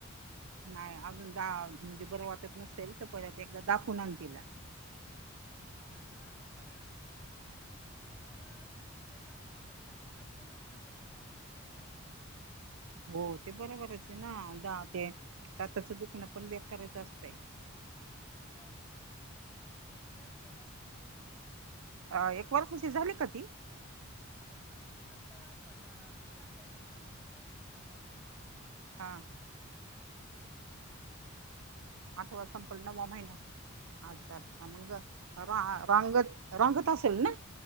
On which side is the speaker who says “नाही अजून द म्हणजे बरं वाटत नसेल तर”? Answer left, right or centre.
Right